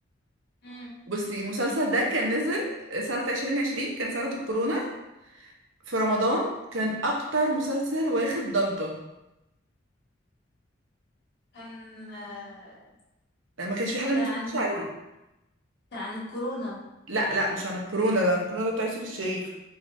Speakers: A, on the left; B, on the right.
A: مم.
B: بصي المسلسل ده كان نزل سنة 2020 كان سنة الكورونا في رمضان كان أكتر مسلسل واخد ضجة
A: كان آه،
B: يعني ما كانش في حد ما
A: كان
B: بيتفرجش
A: عن
B: عليه
A: كان عن الكورونا
B: لا لا مش عن الكورونا ده عن الكورونا ده بتاع يوسف الشريف